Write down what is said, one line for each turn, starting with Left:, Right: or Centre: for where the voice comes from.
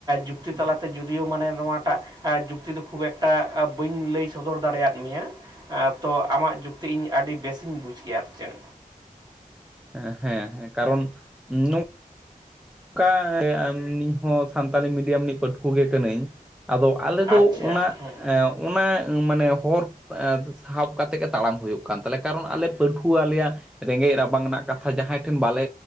Right: ᱡᱩᱠᱛᱤ ᱛᱟᱞᱟᱛᱮ ᱡᱩᱫᱤᱭᱳ ᱢᱟᱱᱮ ᱱᱚᱣᱟᱴᱟᱜ, ᱟᱸᱻ ᱡᱩᱠᱛᱤ ᱫᱚ ᱠᱷᱩᱵ ᱮᱠᱴᱟ ᱵᱟᱹᱧ ᱞᱟᱹᱭ ᱥᱚᱫᱚᱨ ᱫᱟᱲᱮᱭᱟᱜ ᱢᱮᱭᱟ᱾ ᱟᱸᱻ ᱛᱚ ᱟᱢᱟᱜ ᱡᱩᱠᱛᱤ ᱤᱧ ᱟᱹᱰᱤ ᱵᱮᱹᱥᱤᱧ ᱵᱩᱡᱽ ᱠᱮᱜᱼᱟ ᱟᱨ ᱪᱮᱫ?
Centre: ᱮᱸ ᱦᱮᱸ ᱦᱮᱸ ᱠᱟᱨᱚᱱ ᱱᱚ ᱠᱟ ᱱᱤ ᱦᱚᱸ ᱥᱟᱱᱛᱟᱞᱤ ᱢᱤᱰᱤᱭᱟᱢ ᱨᱤᱱᱤᱡᱽ ᱯᱟᱹᱴᱷᱣᱟᱹ ᱜᱮ ᱠᱟᱹᱱᱟᱹᱧ ᱟᱫᱚ, ᱟᱞᱮ
Right: ᱟᱪᱪᱷᱟ
Centre: ᱫᱚ ᱚᱱᱟ
Right: ᱦᱮᱸ
Centre: ᱮᱸ ᱚᱱᱟ ᱢᱟᱱᱮ ᱦᱚᱨ ᱮᱸ ᱥᱟᱵ ᱠᱟᱛᱮᱜ ᱜᱮ ᱛᱟᱲᱟᱢ ᱦᱳᱭᱳᱜ ᱠᱟᱱ ᱛᱟᱞᱮᱭᱟ ᱠᱟᱨᱚᱱ ᱟᱞᱮ ᱯᱟᱹᱴᱷᱩᱣᱟᱹ ᱟᱞᱮᱭᱟᱜ, ᱨᱮᱸᱜᱮᱡ ᱨᱟᱵᱟᱝ ᱨᱮᱱᱟᱜ ᱠᱟᱛᱷᱟ ᱡᱟᱦᱟᱸᱭ ᱴᱷᱮᱱ ᱵᱟᱞᱮ